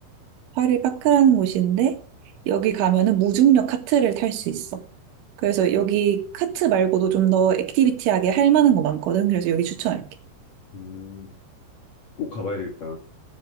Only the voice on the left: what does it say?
음, 꼭 가봐야 되겠다.